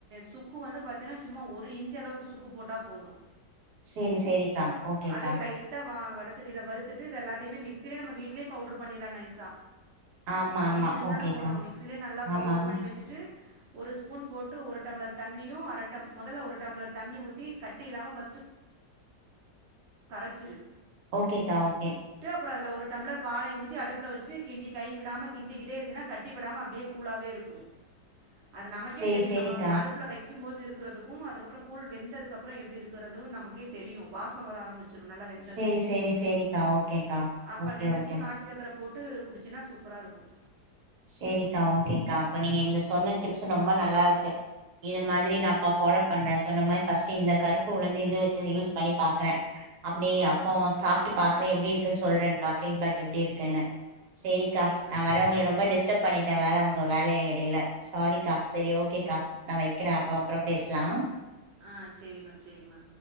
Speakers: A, on the right; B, on the right.
A: சுக்கு வந்து சும்மா ஒரு ஒரு இஞ்ச அளவுக்கு சுக்கு போட்டா போதும்
B: சேரி சேரிக்கா ஓகேக்கா
A: அதையும் லைட்டா வட சட்டியில வருறுத்துட்டு இது எல்லாத்தையுமே மிக ஆக்சாலிக் நம்ம வீடிலேயே பவுடர் பண்ணிடலாம் நைசா
B: ஆமா
A: கொஞ்சம்
B: ஆமா
A: கொஞ்சம்
B: ஓகேக்கா
A: தானே போடுறோம் மிக்சிலயே நல்லா
B: ஆமா
A: பவுடர்
B: ஆமா
A: பண்ணி வச்சுட்டு ஒரு ஸ்பூன் போட்டு ஒரு டம்ளர் தண்ணியும் அரட்ட முதல்ல ஒரு டம்ளர் தண்ணி ஊத்தி கட்டி இலாம பர்ஸ்ட் கரைச்சுரு
B: ஓகேக்கா ஓகே
A: அப்புறம் அதுல ஒரு டம்ளர் பாலையும் ஊதி அடுப்புல வச்சு கிண்டி கைவிடாம கிண்டிக்கிட்டே இருந்தனா கட்டி படாம அப்படியே கூலாவே இருக்கும் அது நமக்கே
B: சேரி
A: தெரியும்
B: சேரிக்கா
A: நம்ம அடுப்புல வைக்க க்கும் போது இருக்கிறதுக்கும் அதுக்கப்பறம் கூழ் வெந்ததுக்கு அப்பறம் எப்டி இருக்கிறதும் நமக்கே தெரியும் வாசம் வர ஆரம்பிச்சிரு நல்லா வெந்தது
B: சரி சரி சரிக்கா ஓகேக்கா
A: அப்ப
B: ஓகே
A: ரெண்டு
B: ஓகே
A: ஸ்பூன் நாட்டு சக்கர போட்டு குடிச்சுன்னா சூப்பரா இருக்கும்
B: சரிக்கா ஓகேக்கா அப்ப நீங்க இந்த சொன்ன டிப்ஸ் ரொம்ப நல்லா இருக்கு இது மாதிரி நான் அப்ப ஃபாலோ பண்றேன் சொன்ன மாதிரி ஃபர்ஸ்ட் இந்த கருப்பு உளுந்து இது வச்சு யூஸ் பண்ணி பாக்குறேன் அப்படி அப்போ
A: ஆ சேரிம்மா
B: சாப்பிட்டு பாக்குறேன் எப்டி இருக்குன்னு சொல்றேன்கா பீடிபாக் எப்படி இருக்குன்னு சரிக்கா
A: சேரிம்மா
B: நான் வர
A: சேரி
B: உங்கள ரொம்ப டிஸ் இத வேற உங்க வேலைய இடையல சாரிக்கா சரி ஓகேக்கா நான் வைக்கிறேன் அப்பா அப்புறம் பேசலாம்
A: ஆ சரிமா சரிமா